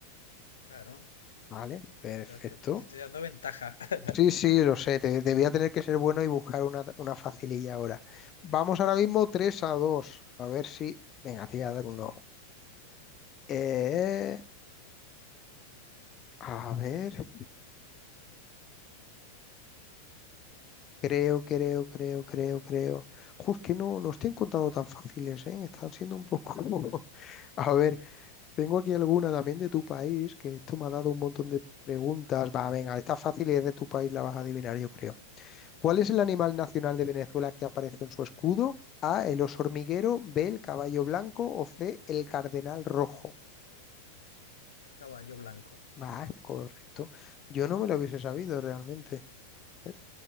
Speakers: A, on the left; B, on the left.
A: Claro,
B: ¿vale? Perfecto.
A: pero te, te estoy dando ventaja. <laughs>
B: Sí, sí, lo sé, te, te voy a tener que ser bueno y buscar una, una facililla ahora. Vamos ahora mismo 3 a dos, A ver si... Venga, te voy a dar uno. Eh, a ver, creo, creo, creo, creo, creo. Justo que no, no estoy encontrando tan fáciles, ¿eh? Están siendo un poco... <laughs> A ver, Tengo aquí alguna también de tu país, que esto me ha dado un montón de preguntas. Va, venga, esta fácil es de tu país, la vas a adivinar, yo creo. ¿Cuál es el animal nacional de Venezuela que aparece en su escudo? A, el oso hormiguero, B, el caballo blanco o C, el cardenal rojo.
A: El caballo blanco.
B: Va, correcto. Yo no me lo hubiese
A: Está
B: sabido realmente. A ver.